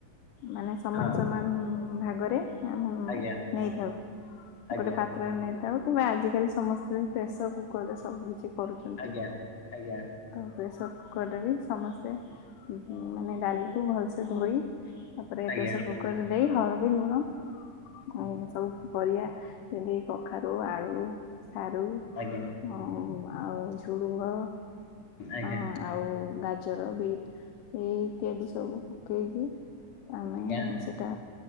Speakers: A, on the left; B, on the left.
A: ମାନେ ସମାନ
B: ହଁ
A: ସମାନ ଭାଗରେ। ଆମେ
B: ଆଜ୍ଞା
A: ନେଇଥାଉ,
B: ଆଜ୍ଞା
A: ଗୋଟେ ପାତ୍ରରେ ନେଇଥାଉ କିମ୍ବା ଆଜିକାଲି ସମସ୍ତେ ପ୍ରେସର କୁକର ରେ ସବୁ କିଛି କରୁଛନ୍ତି।
B: ଆଜ୍ଞା ଆଜ୍ଞା
A: ତ ପ୍ରେସର କୁକର ରେ ବି ସମସ୍ତେ ମାନେ ଡାଲିକୁୁ ଭଲସେ ଧୋଇ। ତାପରେ
B: ଆଜ୍ଞା
A: ପ୍ରେସର କୁକର୍ ରେ ଦେଇ ହଳଦି ଲୁଣ
B: ହୁଁ
A: ଉଁ ସବୁ ପରିବା ଯଦି କଖାରୁ ଆଳୁ ସାରୁ।
B: ଆଜ୍ଞା।
A: ହ ଆଉ ଝୁଡୁଙ୍ଗ।
B: ଆଜ୍ଞା
A: ହଁ- ଆଉ ଗାଜର ବିଟ୍ ଏଇ ଇତ୍ୟାଦି ସବୁ ପକେଇକି ଆଉ।
B: ଆଜ୍ଞା।
A: ସେଟା